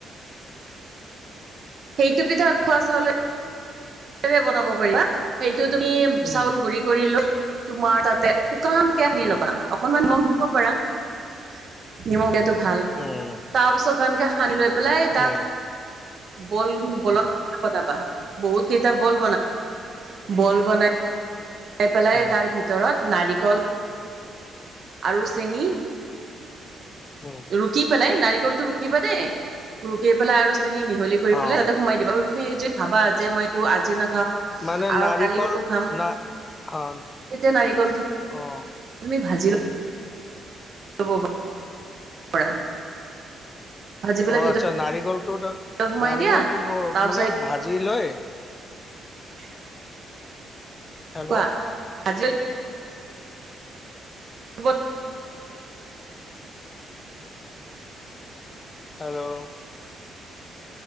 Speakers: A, on the right; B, on the left.
A: সেইটো পিঠা, ওখোৱা চাউলে <unintelligible> বনাব পাৰিবা। সেইটো তুমি
B: উম,
A: চাউল গুৰি কৰি লৈ, তোমাৰ তাতে শুকানকে হানি
B: উম,
A: ল'বা। অকণমান নিমখ দিব পাৰা। নিমখ দিয়টো ভাল!
B: উম,
A: তাৰপাছত, এনেকে সানি লৈ পেলাই, তাত
B: উম,
A: বল, বলত কাপ বনাবা। বহুত কেইটা বল বনাবা। বল বনাই বনাই পেলাই
B: উম,
A: তাৰ ভিতৰত, নাৰিকল আৰু চেনি
B: উম!
A: ৰুকি পেলাই, নাৰিকলটো ৰুকিবা দেই? ৰুকি পেলাই আৰু চেনি মিহলি কৰি
B: অ',
A: পেলাই, তাতে সোমাই দিবা আৰু। তুমি যদি ভাবা! যে মই এইটো আজি নাখাওঁ।
B: মানে নাৰিকল,
A: কালিও খাম
B: না, অ'
A: তেতিয়া নাৰিকলটো
B: অ'!
A: তুমি ভাজিলা। <unintelligible> ভাজি পেলাই
B: অ'! আচ্ছা, নাৰিকলটোত,
A: সোমাই
B: নাৰিকলটো
A: দিয়া তাৰ পিছত
B: মানে, ভাজি লৈ
A: <inaudible>
B: হেল্ল'
A: কোৱা? আজিলৈ <unintelligible>
B: হেল্ল'?